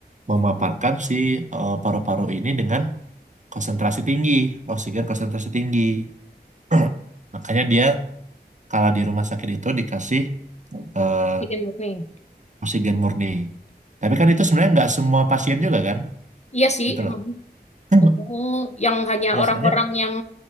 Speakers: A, on the right (about 45°); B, on the left (about 40°).
A: memaparkan si eh, paru-paru ini dengan konsentrasi tinggi, oksigen konsentrasi tinggi. <clears throat> Makanya dia kalau di rumah sakit itu dikasih eh,
B: Oksigen murni.
A: oksigen murni. Tapi kan itu sebenarnya nggak semua pasien juga kan,
B: Iya sih,
A: gitu
B: emang.
A: loh. <clears throat>
B: Oh, yang hanya
A: Biasanya
B: orang-orang yang